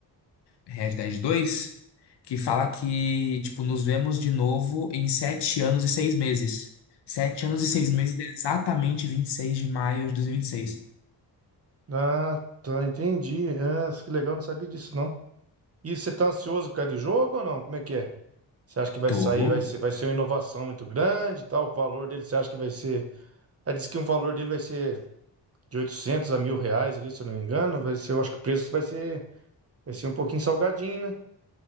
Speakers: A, on the left; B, on the right.
A: Red Dead 2, que fala que, tipo, nos vemos de novo em sete anos e seis meses. Sete anos e seis meses, é exatamente 26 de maio de dois mil e e vinte e seis.
B: Ah, tá, entendi. Ah, que legal, não sabia disso, não. E você tá ansioso por causa do jogo ou não? Como é que é? Você acha que vai
A: Tô,
B: sair, vai ser, vai ser uma inovação muito grande e tal? O valor dele, você acha que vai ser... Ah, diz que o valor dele vai ser de 800 a mil reais ali, se eu não me engano. Vai ser, eu acho que o preço vai ser, vai ser um pouquinho salgadinho, né?